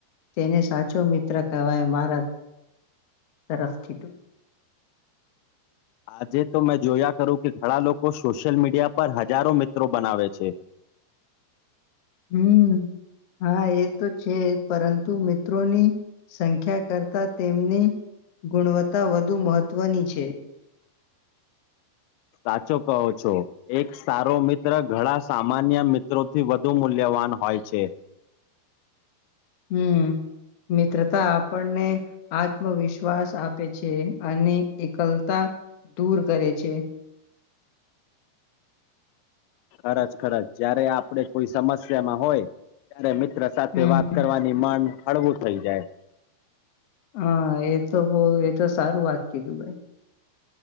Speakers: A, on the left; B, on the left.
A: તેને સાચો મિત્ર કહેવાય મારા તરફથી ટ.
B: આજે તો મેં જોયા કરું કે ઘણા લોકો સોશિયલ મીડિયા પર હજારો મિત્રો બનાવે છે.
A: હમ. હા એ તો છે પરંતુ તું ોની સંખ્યા કરતા તેમની ગુણવત્તા વધુ મહત્વની છે. છે.
B: સાચો કહો છો, એક સારો મિત્ર ઘણા સામાન્ય મિત્રોથી વધુ મૂલ્યવાન હોય છે.
A: હમ, મિત્રતા- આપણને આત્મવિશ્વાસ આપે છે અને એકલતા દૂર કરે છે.
B: ખરજ ખરચ જયારે આપડે કોઈ સમસ્યામાં હોય, ત્યારે મિત્ર સાથે
A: હમ
B: વાત કરવાની માંગ હળવું થઈ જાય.
A: હા એ તો બ એ તો સારું વાત કીધું ભાઈ.